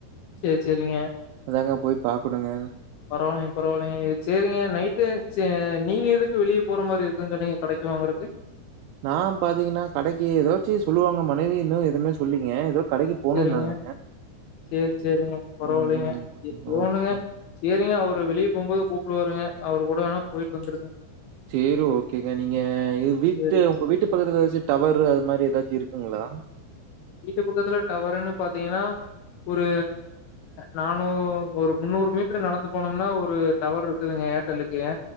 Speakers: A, on the left; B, on the right.
A: சேரி சேரிங்க
B: அதாங்க போய் பார்க்கணுங்க.
A: பரவால்லைங்க பரவால்லைங்க சேரிங்க நைட்டு ச்அ நீங்க எதுக்கு வெளியே போற மாரி இருக்குனு சொன்னீங்க கடைக்கு வாங்கறக்கு
B: நான் பாத்தீங்கன்னா கடைக்கி ஏதாச்சு சொல்லுவாங்க மனைவி இன்னு எதுவுமே சொல்லீங்க ஏதோ கடைக்கு போணும்னாங்க.
A: செரிங்க செரி செரிங்க பரவால்லைங்க
B: ம்.
A: எப்டியோ
B: ஓகே.
A: ஒண்ணுங்க செரிங்க அவரு வெளியே போம்போது கூப்டுவாருங்க அவரு கூட வேணா போய்ட்டு வந்துருங்க
B: சேரி ஓகேங்க நீங்க வ் வீட்டு
A: சேரி
B: ஓங்க
A: சேரி
B: வீட்டு பக்கத்துல ஏதாச்சு டவரு அது மாரி ஏதாச்சும் இருக் குங்ளா
A: வீட்டு பக்கத்துல டவருன்னு பாத்தீங்கன்னா ஒரு நானூ ஒரு முன்னூறு மீட்டர் நடந்து போனோம்னா ஒரு டவர் இருக்குதுங்க ஏர்டெல்லுக்கு குங்க